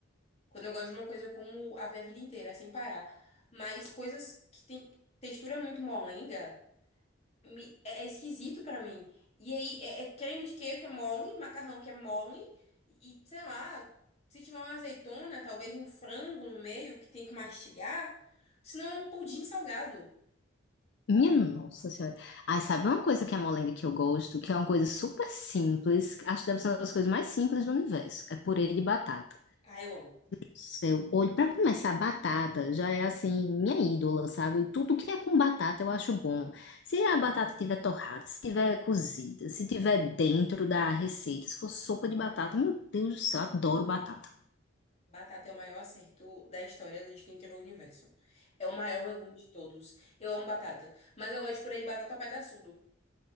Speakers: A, on the left (about 30°); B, on the left (about 60°).
A: Quando eu gosto de uma coisa, eu como a minha vida inteira, sem parar. Mas coisas que tem textura muito molenga. me- é é esquisito pra mim. E aí, é, é creme de queijo que é mole, macarrão que é mole, e sei lá, se tiver uma azeitona, talvez um frango no meio que tem que mastigar, senão é um pudim salgado.
B: Minha nossa senhora. Ai, sabe uma coisa que é molenga que eu gosto, que é uma coisa super simples. Acho que deve ser uma das coisas mais simples do universo. É purê de batata.
A: Ah, eu amo.
B: Seu olho, para começar, batata já é assim, minha ídola, sabe? Tudo que é com batata eu acho bom. Se a batata tiver torrada, se tiver cozida, se tiver dentro da receita, se for sopa de batata, meu Deus do céu, adoro batata.
A: Batata é o maior acerto da história da de quem criou o universo. É o maior legume de todos. Eu amo batata, mas eu gosto de purê de batata pedaçudo.